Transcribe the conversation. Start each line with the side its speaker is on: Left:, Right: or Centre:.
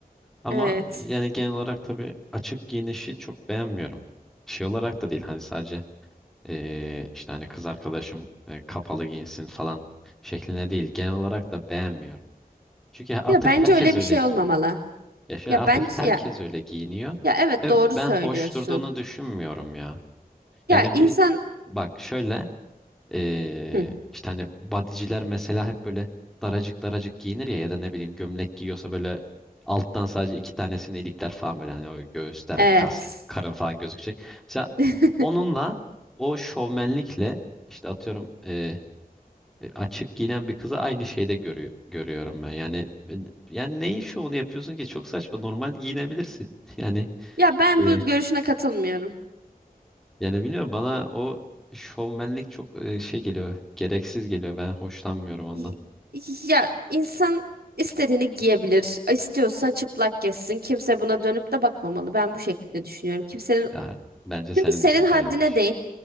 Centre: Ama
Right: Evet.
Centre: yani genel olarak tabii açık giyinişi çok beğenmiyorum. Şey olarak da değil hani sadece eee, işte hani kız arkadaşım e, kapalı giyinsin falan şeklinde değil. Genel olarak da beğenmiyorum. Çünkü artık
Right: Ya bence
Centre: herkes
Right: öyle bir
Centre: öyle
Right: şey
Centre: giyiniyor.
Right: olmamalı.
Centre: Ya şöyle
Right: Ya
Centre: artık
Right: bence
Centre: herkes
Right: ya
Centre: öyle giyiniyor
Right: ya evet
Centre: ve
Right: doğru
Centre: ben
Right: söylüyorsun.
Centre: hoş durduğunu düşünmüyorum ya.
Right: Ya
Centre: Yani
Right: insan
Centre: bir bak şöyle Ee,
Right: Hı,
Centre: işte hani bodyciler mesela hep böyle daracık daracık giyinir ya ya da ne bileyim gömlek giyiyorsa böyle alttan sadece iki tanesini ilikler falan böyle hani o göğüsler,
Right: evet.
Centre: kas, karın falan gözükecek. Mesela
Right: <laughs>
Centre: onunla o şovmenlikle işte atıyorum e, açık giyinen bir kızı aynı şeyde görüyor, görüyorum ben. Yani e, yani neyin şovunu yapıyorsun ki? Çok saçma. Normal giyinebilirsin. <laughs> Yani
Right: Ya ben
Centre: E,
Right: bu görüşüne katılmıyorum.
Centre: yani bilmiyorum bana o şovmenlik çok e, şey geliyor. Gereksiz geliyor. Ben hoşlanmıyorum ondan.
Right: Y- Ya insan istediğini giyebilir. İstiyorsa çıplak gezsin. Kimse buna dönüp de bakmamalı. Ben bu şekilde düşünüyorum. Kimsenin
Centre: Ya, bence senin
Right: Çünkü senin
Centre: düşüncen
Right: haddine
Centre: yanlış.
Right: değil.